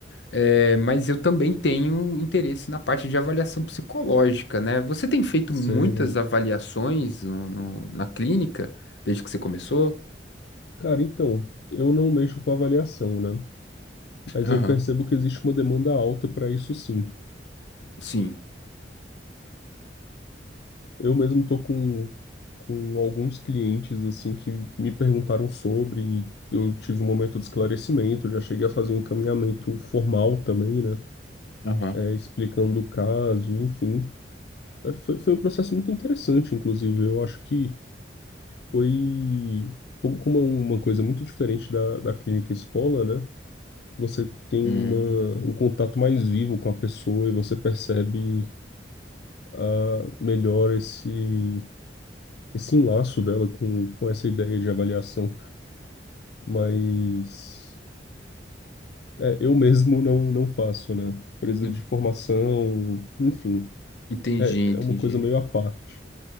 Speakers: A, on the left (about 75°); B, on the left (about 60°).
A: É, mas eu também tenho interesse na parte de avaliação psicológica, né? Você tem feito
B: Sei.
A: muitas avaliações no- no- na clínica desde que você começou?
B: Cara, então, eu não mexo com avaliação, né? Mas
A: Aham,
B: eu percebo que existe uma demanda alta para isso, sim.
A: Sim,
B: Eu mesmo tô com, com alguns clientes, assim, que me perguntaram sobre, e eu tive um momento de esclarecimento, já cheguei a fazer um encaminhamento formal também, né?
A: aham.
B: É, explicando o caso, enfim. É, Foi, foi um processo muito interessante, inclusive. Eu acho que foi, como, como é uma coisa muito diferente da, da clínica escola, né? Você tem
A: Hum,
B: uma, um contato mais vivo com a pessoa e você percebe ah, melhor esse, esse enlaço dela com, com essa ideia de avaliação. Mas é, eu mesmo não, não faço, né? Precisa
A: en-
B: de formação, enfim,
A: entendi,
B: é,
A: entendi.
B: é uma coisa meio à parte.